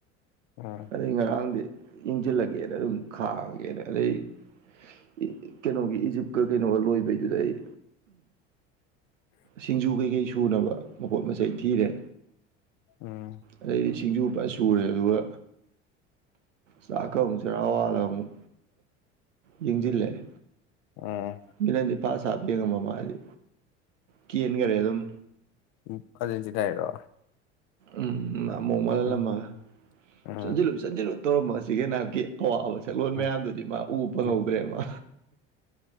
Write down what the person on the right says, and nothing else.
ꯑꯗꯩ ꯉꯔꯥꯡꯗꯤ ꯌꯦꯡꯁꯤꯜꯂꯒꯦꯅ ꯑꯗꯨꯝ ꯈꯥꯡꯉꯒ ꯀ ꯑꯗꯩ ꯀꯩꯅꯣꯒꯤ ꯏꯖꯤꯞꯀ ꯀꯩꯅꯣꯒ ꯂꯣꯏꯕꯩꯗꯨꯗ ꯑꯩ ꯁꯤꯡꯖꯨ ꯀꯩꯀꯩ ꯁꯨꯅꯕ ꯃꯄꯣꯠ ꯃꯆꯩ ꯊꯤꯔꯦ
ꯑꯗꯩꯗꯤ ꯁꯤꯡꯖꯨꯕ ꯁꯨꯔꯦ ꯑꯗꯨꯒ ꯆꯥꯛꯀ ꯑꯃꯨꯛ ꯆꯔꯥꯋꯥꯗ ꯑꯃꯨꯛ ꯌꯦꯡꯁꯤꯜꯂꯛꯑꯦ
ꯃꯤꯅꯅꯤꯄꯥ ꯁꯥꯞꯦꯉꯃ ꯃꯥꯗꯤ ꯀꯦꯟꯈꯔꯦ ꯑꯗꯨꯝ
ꯎꯝ ꯑꯃꯨꯛ ꯃꯥꯜꯍꯜꯂꯝꯃꯒ
ꯆꯟꯁꯤꯜꯂꯨ ꯆꯟꯁꯤꯜꯂꯨ ꯇꯧꯔꯝꯃꯁꯤꯒꯦ ꯅꯅꯥꯕꯀꯤ ꯑꯋꯥꯕ ꯁꯛꯂꯣꯟ
ꯃꯌꯥꯝꯗꯨꯗꯤ ꯃꯥ ꯎꯕ ꯐꯪꯍꯧꯗ꯭ꯔꯦ
ꯃꯥ